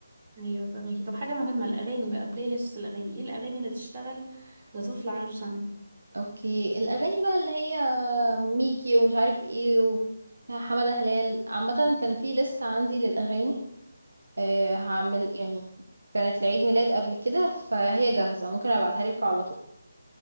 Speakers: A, on the right; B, on the right.
A: ايوه فاهمكي طب حاجة مهمة الاغاني بقى بلاي ليست الاغاني ايه الاغاني اللي تشتغل لطفل عنده سنة
B: اوكي الاغاني بقى اللي هي ميكي ومش عارف ايه وحمادة هلال عامة كان في ليست عندي للاغاني أه هعمل يعني كانت لعيد ميلاد قبل كده فهي جاهزة ممكن ابعتها لك على طول